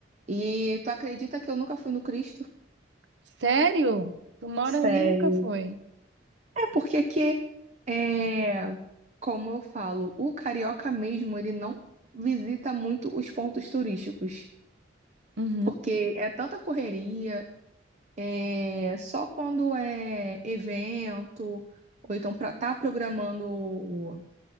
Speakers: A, on the right (about 40°); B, on the right (about 80°).
A: E tu acredita que eu nunca fui no Cristo?
B: Sério? Tu mora
A: Sério.
B: aí e nunca foi?
A: É porque que, é, como eu falo, o carioca mesmo, ele não visita muito os pontos turísticos,
B: Uhum,
A: porque é tanta correria, É, só quando é evento, ou então para estar programando